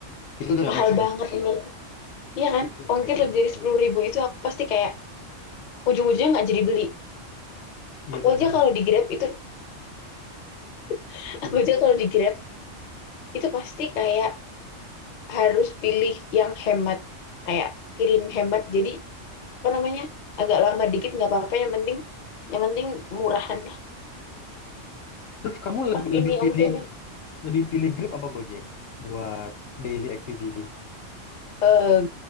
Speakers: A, on the left; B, on the left.
A: Itu udah
B: Mahal
A: gak make sense.
B: banget menurut Iya kan?
A: Itu udah
B: Ongkir
A: gak make sense.
B: lebih
A: Itu
B: dari
A: betul.
B: sepuluh ribu itu aku pasti kayak ujung-ujungnya nggak jadi beli.
A: Iya
B: Aku
A: benar,
B: aja kalau di Grab itu, <laughs>
A: iya
B: aku
A: benar
B: aja
A: lagi.
B: kalau di Grab itu pasti kayak harus pilih yang hemat. Kayak kirim hemat. Jadi apa namanya? Agak lama dikit nggak apa-apa. Yang penting, yang penting murahan lah.
A: Terus kamu lebih
B: Pak
A: lebih
B: ini
A: pilih
B: ongkir nih.
A: lebih pilih Grab apa Gojek buat daily activity?
B: Eh,